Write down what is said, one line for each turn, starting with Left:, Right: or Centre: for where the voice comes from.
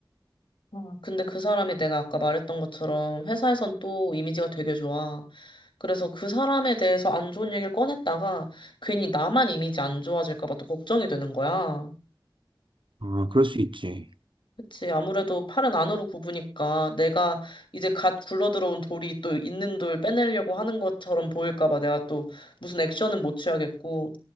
Left: 어, 근데 그 사람이 내가 아까 말했던 것처럼 회사에선 또 이미지가 되게 좋아. 그래서 그 사람에 대해서 안 좋은 얘기를 꺼냈다가 괜히 나만 이미지 안 좋아질까 봐 또 걱정이 되는 거야.
Right: 아, 그럴 수 있지.
Left: 그치. 아무래도 팔은 안으로 굽으니까 내가 이제 갓 굴러들어온 돌이 또 있는 돌 빼내려고 하는 것처럼 보일까 봐 내가 또 무슨 액션은 못 취하겠고.